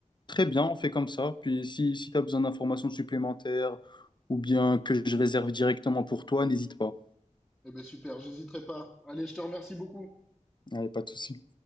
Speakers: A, on the left; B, in the centre.
A: Très bien, on fait comme ça. Puis si, si tu as besoin d'informations supplémentaires ou bien que je réserve directement pour toi, n'hésite pas.
B: Eh ben super, j'hésiterai pas. Allez, je te remercie beaucoup.
A: Allez, pas de souci.